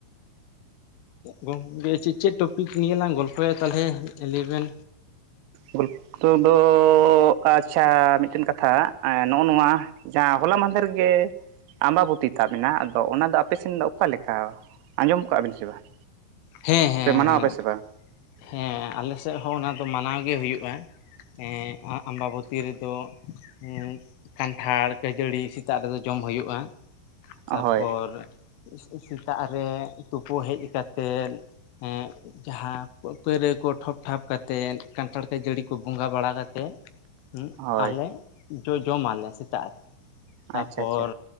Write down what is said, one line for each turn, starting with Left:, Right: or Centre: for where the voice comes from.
Left: ᱜᱚᱝᱠᱮ ᱪᱮᱫ ᱪᱮᱫ ᱴᱚᱯᱤᱠ ᱱᱤᱭᱟ. ᱞᱟᱝ ᱜᱚᱞᱯᱷᱚᱭᱟ ᱛᱟᱦᱞᱮ ᱞᱟ. ᱭᱵᱮᱱ?
Right: ᱜᱚᱞᱯᱷᱚ ᱫᱚ ᱟᱪᱷᱟ ᱢᱤᱫᱴᱮᱱ ᱠᱟᱛᱷᱟ ᱱᱚᱜᱼᱚ ᱱᱚᱶᱟ ᱡᱟᱦᱟᱸ ᱦᱚᱞᱟ ᱢᱟᱦᱫᱮᱨ ᱜᱮ ᱟᱢᱵᱟᱵᱩᱛᱤ ᱛᱟᱵ ᱮᱱᱟ ᱟᱫᱚ ᱚᱱᱟᱫᱚ ᱟᱯᱮᱥᱮᱱ ᱫᱚ ᱚᱠᱟᱞᱮᱠᱟ ᱟᱸᱡᱚᱢ ᱟᱠᱟᱜ ᱵᱮᱱ ᱥᱮ ᱵᱟᱝ?
Left: ᱦᱮᱸ ᱦᱮᱸ
Right: ᱥᱮ ᱢᱟᱱᱟᱣ
Left: ᱦᱮᱸ
Right: ᱟᱯᱮ ᱥᱮ ᱵᱟᱝ?
Left: ᱦᱮᱸ ᱟᱞᱮᱥᱮᱫ ᱦᱚᱸ ᱚᱱᱟ ᱫᱚ ᱢᱟᱱᱟᱣ ᱜᱮ ᱦᱩᱭᱩᱜᱼᱟ ᱮᱸ ᱚᱱᱟ ᱟᱢᱵᱟᱵᱚᱛᱤ ᱨᱮᱫᱚ ᱦᱮᱸ ᱠᱟᱱᱴᱷᱟᱲ ᱠᱷᱟ. ᱡᱟᱹᱲᱤ ᱥᱮᱛᱟᱜ ᱨᱮᱫᱚ ᱡᱚᱢ ᱦᱩᱭᱩᱜᱼᱟ᱾
Right: ᱦᱳᱭ
Left: ᱛᱟᱯᱚᱨ ᱥᱮᱛᱟᱜ ᱨᱮ ᱛᱩᱯᱩ ᱦᱮᱡ ᱠᱟᱛᱮᱱ ᱦᱮᱸ ᱡᱟᱦᱟᱸ ᱯᱟᱹᱯᱟᱹᱭ ᱨᱮ ᱠᱚ ᱴᱷᱚᱯ ᱴᱷᱟᱯ ᱠᱟᱛᱮᱱ ᱠᱟᱱᱴᱷᱟᱲ ᱠᱚ ᱡᱟᱹᱲᱤ ᱠᱚ ᱵᱚᱸᱜᱟ ᱵᱟᱲᱟ ᱠᱟᱛᱮᱜ ᱦᱩᱸ
Right: ᱦᱳᱭ
Left: ᱟᱞᱮ ᱡᱚ ᱡᱚᱢᱟᱞᱮ ᱥᱮᱛᱟᱜ ᱨᱮ ᱛᱟᱯᱚᱨ
Right: ᱟᱪᱪᱷᱟ ᱟᱪᱪᱷᱟ